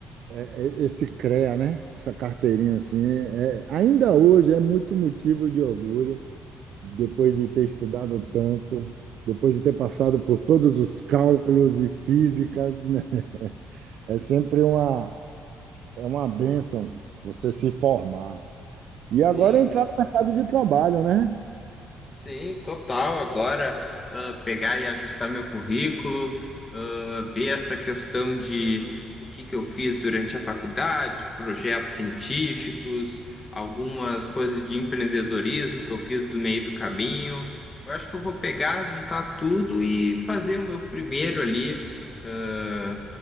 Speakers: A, on the right; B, on the left.
A: É, é, Esse CREA, né? Essa carteirinha assim, é, ainda hoje é muito motivo de orgulho, depois de ter estudado tanto, depois de ter passado por todos os cálculos e físicas, <laughs> né? É sempre uma, é uma bênção você se formar. E agora
B: Sim,
A: entrar no mercado de trabalho, né?
B: Sim, total. Agora, ah, pegar e ajustar meu currículo, ah, ver essa questão de o que que eu fiz durante a faculdade, projetos científicos, algumas coisas de empreendedorismo que eu fiz do meio do caminho. Eu acho que eu vou pegar, juntar tudo e fazer o meu primeiro ali, ah,